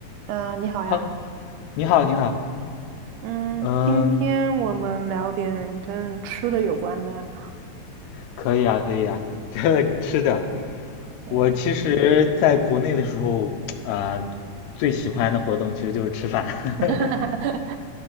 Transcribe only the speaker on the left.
好，你好，你好，
嗯，
可以啊，可以啊。<laughs> 这吃的，
我其实在国内的时候，呃，最喜欢的活动其实就是吃饭。
<laughs>